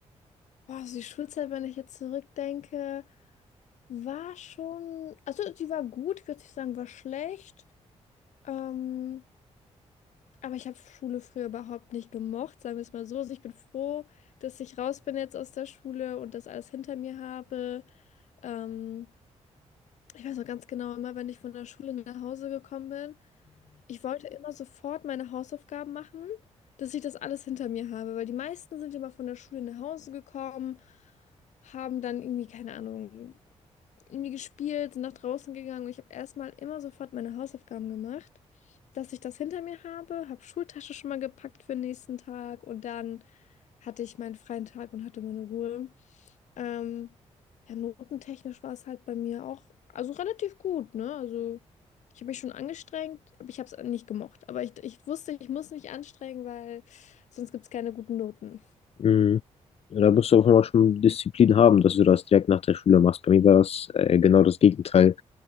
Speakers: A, on the left; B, on the left.
A: Boah, also die Schulzeit, wenn ich jetzt zurückdenke, war schon, also sie war gut, ich würde nicht sagen, war schlecht. Ähm, aber ich habe Schule früher überhaupt nicht gemocht, sagen wir es mal so. Also ich bin froh, dass ich raus bin jetzt aus der Schule und das alles hinter mir habe. Ähm, ich weiß noch ganz genau, immer wenn ich von der Schule nach Hause gekommen bin. Ich wollte immer sofort meine Hausaufgaben machen, dass ich das alles hinter mir habe, weil die meisten sind immer von der Schule nach Hause gekommen, haben dann irgendwie, keine Ahnung, irgendwie gespielt, sind nach draußen gegangen und ich habe erstmal immer sofort meine Hausaufgaben gemacht, dass ich das hinter mir habe, habe Schultasche schon mal gepackt für den nächsten Tag und dann hatte ich meinen freien Tag und hatte meine Ruhe. Ähm, ja, notentechnisch war es halt bei mir auch, also relativ gut, ne? Also ich habe mich schon angestrengt, aber ich habe es nicht gemocht. Aber ich, ich wusste, ich muss mich anstrengen, weil sonst gibt es keine guten Noten.
B: Mhm. Ja, Da musst du auch immer schon Disziplin haben, dass du das direkt nach der Schule machst. Bei mir war das äh, genau das Gegenteil.